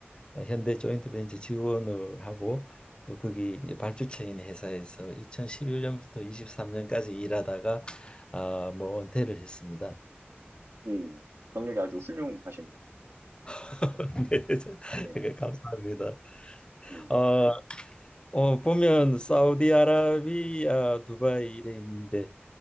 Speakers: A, on the left; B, on the right.
A: 어, 현대 조인트벤처 지원을 하고 또 거기 이제 발주처인 회사에서 2011년부터 23년까지 일하다가 아, 뭐 은퇴를 했습니다.
B: 예, 경력이 아주 훌륭하십니다.
A: <laughs> 네, 저-
B: 예,
A: 네, 감사합니다.
B: 예.
A: 어, 어 보면 사우디아라비아, 두바이 이래 있는데